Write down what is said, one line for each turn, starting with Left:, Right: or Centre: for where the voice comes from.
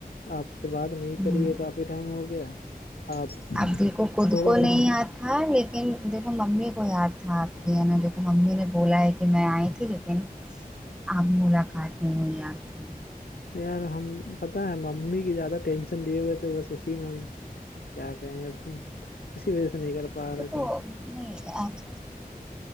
Left: آپ سے بات نہیں
Centre: ہوں
Left: کری ہے کافی ٹائم ہو گیا آپ
Centre: اب دیکھو خود
Left: تھوڑا
Centre: کو
Left: سا
Centre: نہیں آتی تھا لیکن دھو ممی کو یاد تھا آپ کی ہے نا جوو ممی نے بولا ہے کہ میں آئی تھی لیکن اب ملاقات نہیں ہوئی آپ سے
Left: یار ہم پتاہ ہے ممی کی زیادہ ٹینشن لیے ہوئے تھ بس اسی میں کیا کہیں اب کسی وجہ سے نہی کر پا رہے
Centre: دکو
Left: تھے ہم
Centre: نہیں اکچ